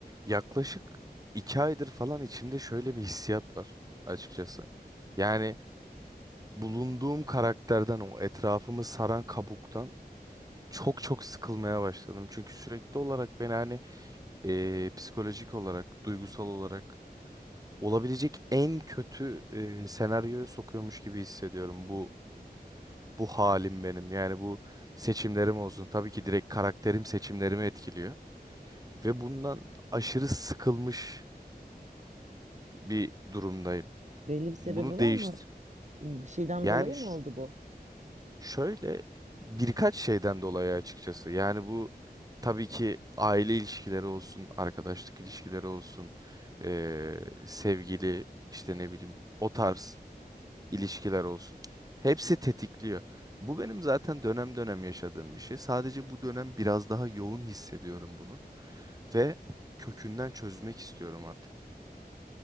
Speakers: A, on the right; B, on the right.
A: Yaklaşık iki aydır falan içimde şöyle bir hissiyat var açıkçası. Yani bulunduğum karakterden o etrafımı saran kabuktan çok çok sıkılmaya başladım. Çünkü sürekli olarak beni hani eee, psikolojik olarak, duygusal olarak olabilecek en kötü eee, senaryoya sokuyormuş gibi hissediyorum bu bu halim benim. Yani bu seçimlerim olsun. Tabii ki direkt karakterim seçimlerimi etkiliyor ve bundan aşırı sıkılmış bir durumdayım.
B: Belli bir sebebi
A: Bunu değiştir.
B: var mı? Bir şeyden
A: Yani
B: dolayı
A: ş-
B: mı oldu bu?
A: şöyle birkaç şeyden dolayı açıkçası. Yani bu tabii ki aile ilişkileri olsun, arkadaşlık ilişkileri olsun, eee, sevgili işte ne bileyim o tarz ilişkiler olsun. Hepsi tetikliyor. Bu benim zaten dönem dönem yaşadığım bir şey. Sadece bu dönem biraz daha yoğun hissediyorum bunu ve kökünden çözmek istiyorum artık.